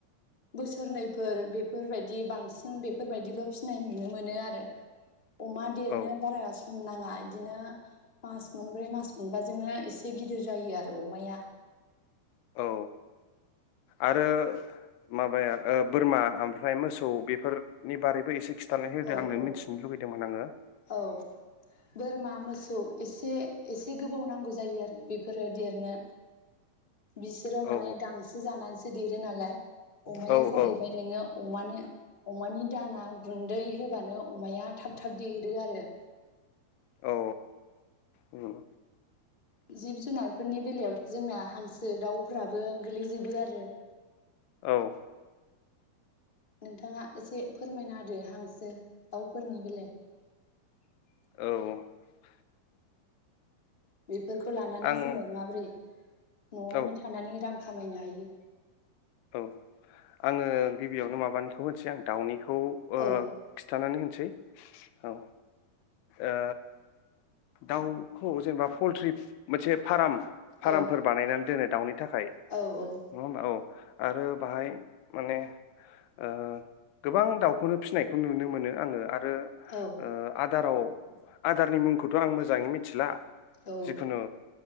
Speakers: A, on the left; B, on the left.
A: बोसोरनैफोर बेफोरबायदि बांसिन बेफोरबायदिल' फिनाय नुनो मोनो आरो अमा देरनो
B: औ
A: बारा स सम नाङा इदिनो मास मोनब्रै मास मोनबाजोंनो एसे गिदिर जायो आरो अमाया
B: औ आरो माबाया ओ बोरमा ओमफ्राय मोसौ बेफोरनि बारैबो एसे खि थानानै होदो
A: औ
B: आंनो
A: औ
B: मिथिनो लुगैदोंमोन आङो
A: औ बोरमा मोसौ एसे एसे गोबौ नांगौ जायो आरो बेफोरो देरनो बिसोरो
B: औ
A: माने गांसो जानानैसो देरो नालाय अमाया
B: औ
A: जाहैबाय
B: औ
A: नोङो अमानो अमानि दाना गुन्दै होबानो अमाया थाब थाब देरो आरो
B: औ उम
A: जिब जुनारफोरनि बेलायाव जोंना हांसो दाउफोराबो गोलैजोबो आरो
B: औ
A: नोंथाङा एसे फोरमायना होदो हांसो दाउफोरनि बेलेआव
B: औ
A: बे बेफोरखौ लानानै
B: आं
A: जोङो माबोरै न'आवनो
B: औ
A: थानानै रां खामायनो हायो
B: औ आङो गिबियावनो माबानिखौ होनसै आं दाउनिखौ खौ ओ
A: औ
B: खिन्थानानै होनसै औ ओ दाउखौ जेनेबा पलट्रि मोनसे फार्म फार्मफोर
A: औ
B: बानायनानै दोनो दाउनि थाखाय
A: औ औ
B: नङा हानबा औ आरो बाहाय माने ओ गोबां दाउखौनो फिसिनायखौ नुनो मोनो आङो आ रो ओ
A: औ
B: आ आदाराव आदारनि मुंखौथ' आं मोजाङै मिथिला
A: औ
B: जिखुनु